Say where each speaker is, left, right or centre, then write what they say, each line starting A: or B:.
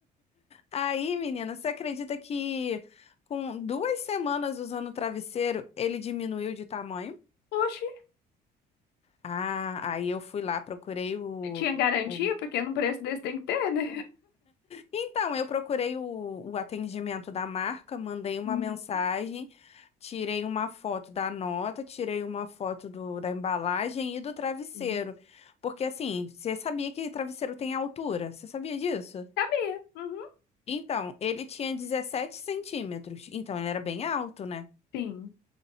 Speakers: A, on the left (about 40°); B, on the left (about 80°).
A: Aí, menina, você acredita que com duas semanas usando o travesseiro, ele diminuiu de tamanho?
B: Oxe,
A: Ah, aí eu fui lá, procurei o.
B: tinha garantia?
A: o-
B: Porque num preço desse tem que ter, né?
A: Então, eu procurei o, o atendimento da marca, mandei uma
B: <laughs>
A: mensagem, tirei uma foto da nota, tirei uma foto do, da embalagem e do travesseiro.
B: Uhum.
A: Porque, assim, você sabia que travesseiro tem altura? Você sabia disso?
B: Sabia. Uhum,
A: Então, ele tinha 17 centímetros, então ele era bem alto, né?
B: sim.